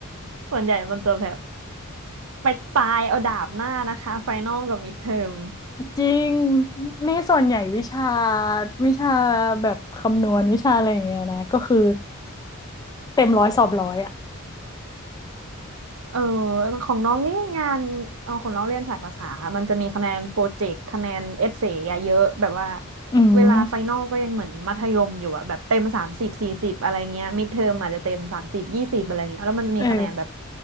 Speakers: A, on the right; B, on the left.
A: ส่วนใหญ่มันจะแบบไปตายเอาดาบหน้านะคะไฟนอลกับมิดเทอม
B: จริงนี่ส่วนใหญ่วิชาวิชาแบบคำนวณวิชาอะไรอย่างเงี้ยนะก็คือเต็มร้อยสอบร้อยอ่ะ
A: เออของน้องนี่งานเออของน้องเรียนสายภาษา มันจะมีคะแนนโปรเจกต์คะแนนเอเซ่ะเยอะแบบว่า
B: อืม
A: เวลาไฟนอลก็ยังเหมือนมัธยมอยู่อะแบบเต็มสามสิบสี่สิบอะไรเงี้ยมิดเทอมอาจจะเต็มสามสิบยี่สิบอะไรเงี้ยแล้วมันจะมีคะแนนแบบ
B: เออ